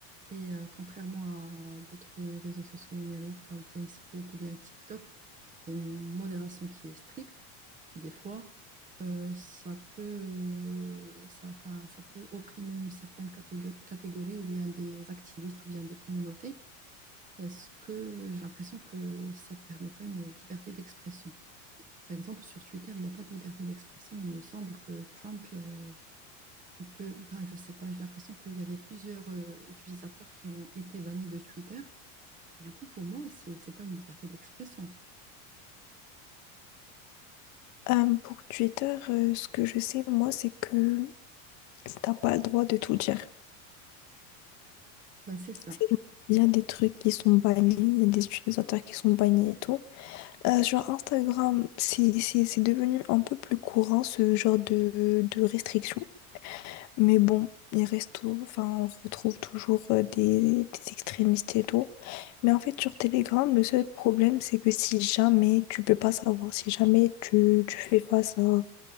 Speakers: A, on the right (about 20°); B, on the left (about 40°).
A: Et euh, contrairement à d'autres réseaux sociaux numériques comme Facebook ou bien TikTok, il y a une modération qui est stricte. Des fois, euh, ça peut, euh, ça, enfin, ça peut opprimer une certaine catég- catégorie ou bien des activistes ou bien des communautés. parce que j'ai l'impression que ça ne permet pas une liberté d'expression. Par exemple, sur Twitter, il n'y a pas de liberté d'expression. Il me semble que Trump, euh, il peut, enfin, je ne sais pas, j'ai l'impression qu'il y avait plusieurs euh, utilisateurs qui ont été bannis de Twitter. Du coup, pour moi, c'est c'est pas une liberté d'expression.
B: Euh, pour Twitter, euh, ce que je sais, moi, c'est que t'as pas le droit de tout dire.
A: Ben, c'est ça.
B: C'est- Il y a des trucs qui sont bannis, il y a des utilisateurs qui sont bannis et tout. Euh, sur Instagram, c'est c'est- c'est devenu un peu plus courant ce genre de, de restrictions. Mais bon, il reste tout. Enfin, on retrouve toujours euh, des, des extrémistes et tout. Mais en fait, sur Telegram, le seul problème, c'est que si jamais tu peux pas savoir, si jamais tu, tu fais face à